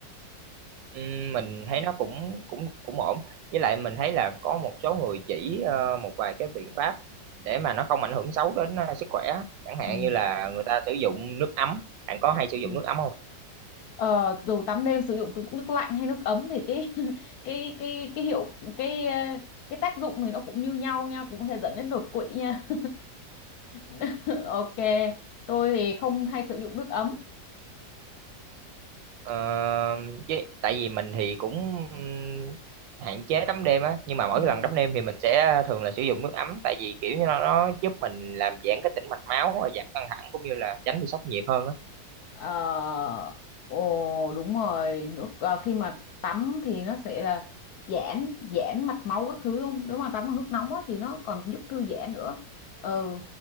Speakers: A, on the right; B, on the left.
A: Ừm, mình thấy nó cũng cũng cũng ổn với lại mình thấy là có một số người chỉ ờ, một vài cái biện pháp để mà nó không ảnh hưởng xấu đến ờ, sức khỏe chẳng hạn
B: ừ
A: như là người ta sử dụng nước ấm bạn có hay sử
B: ừ
A: dụng nước ấm không
B: ờ, dù tắm đêm sử dụng từ nước lạnh hay nước ấm thì cái <laughs> cái cái cái hiệu cái ờ, cái tác dụng thì nó cũng như nhau nha cũng có thể dẫn đến đột quỵ nha <laughs> ok tôi thì không hay sử dụng nước ấm
A: Ờ, với tại vì mình thì cũng ừm, hạn chế tắm đêm á nhưng mà mỗi
B: ừ
A: lần tắm đêm thì mình sẽ thường là sử dụng nước ấm tại vì kiểu như nó, nó giúp mình làm giãn cái tĩnh mạch máu và giảm căng thẳng cũng như là tránh bị sốc nhiệt hơn á
B: Ờ, ồ đúng rồi nước ờ, khi mà tắm thì nó sẽ là giãn giãn mạch máu các thứ luôn nếu mà tắm bằng nước nóng á, thì nó còn giúp thư giãn nữa ừ